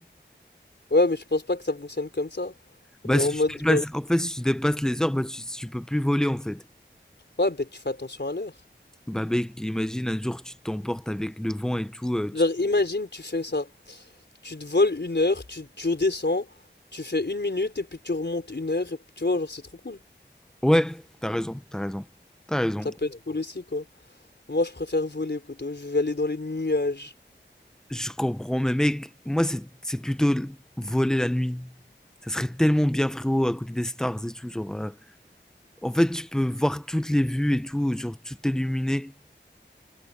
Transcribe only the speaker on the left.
Ouais, mais je pense pas que ça fonctionne comme ça.
Euh,
En
mode
genre,
ouais, ben tu fais attention à l'heure.
Genre, imagine, tu fais ça. Tu te voles une heure, tu, tu redescends, tu fais une minute et puis tu remontes une heure. Et, puis, tu vois, genre, c'est trop cool.
Ça peut être cool aussi, quoi. Moi, je préfère voler, poto. Je vais aller dans les nuages.